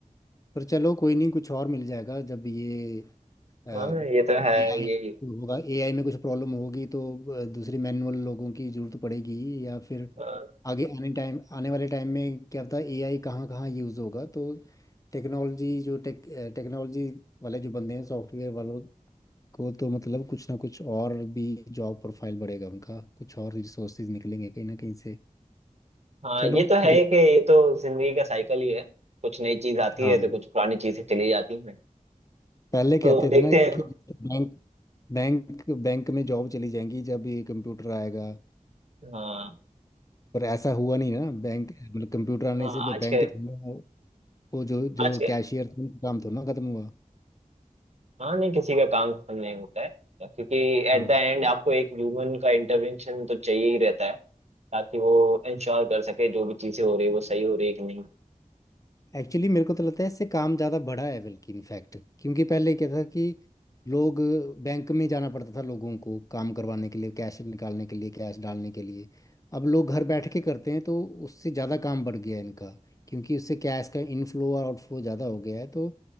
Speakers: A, on the left (about 25°); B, on the right (about 55°).
A: पर चलो कोई नहीं कुछ और मिल जाएगा जब ये एआई
B: हाँ ये तो है ये
A: होगा एआई में कुछ प्रॉब्लम होगी तो अ, दूसरे मैनुअल लोगों की जरूरत पड़ेगी या फिर
B: हाँ।
A: आगे आने टाइम आने वाले टाइम में क्या पता एआई कहाँ कहाँ यूज़ होगा तो टेक्नोलॉजी जो टेक टेक्नोलॉजी वाले जो बंदे हैं सॉफ्टवेयर वालों को तो मतलब कुछ ना कुछ और भी जॉब प्रोफाइल बढ़ेगा उनका कुछ और रिसोर्सेज निकलेंगे कहीं ना कहीं से
B: हाँ
A: चलो
B: ये तो है
A: देख
B: कि ये तो जिंदगी का साइकिल ही है कुछ नई चीज आती
A: हाँ
B: है तो कुछ पुरानी चीजें चली जाती हैं
A: पहले कहते
B: तो देखते
A: थे ना
B: हैं
A: कि बैंक बैंक बैंक में जॉब चली जाएंगी जब ये कंप्यूटर आएगा
B: हाँ
A: पर ऐसा हुआ नहीं ना बैंक मतलब कंप्यूटर आने
B: हाँ
A: से भी
B: आज
A: बैंक
B: के
A: थोड़ा वो वो जो
B: आज
A: जो
B: के
A: कैशियर थे उनका काम थोड़ा ना खत्म हुआ
B: हाँ नहीं किसी का काम खत्म नहीं होता है क्योंकि एट
A: हाँ
B: द एंड आपको एक ह्यूमन का इंटरवेंशन तो चाहिए ही रहता है ताकि वो इंश्योर कर सके जो भी चीजें हो रही है वो सही हो रही है कि नहीं
A: एक्चुअली मेरे को तो लगता है इससे काम ज़्यादा बढ़ा है बल्कि इनफैक्ट क्योंकि पहले क्या था कि लोग बैंक में जाना पड़ता था लोगों को काम करवाने के लिए कैश निकालने के लिए कैश डालने के लिए अब लोग घर बैठ के करते हैं तो उससे ज़्यादा काम बढ़ गया है इनका क्योंकि उससे कैश का इनफ्लो और आउटफ्लो ज़्यादा हो गया है तो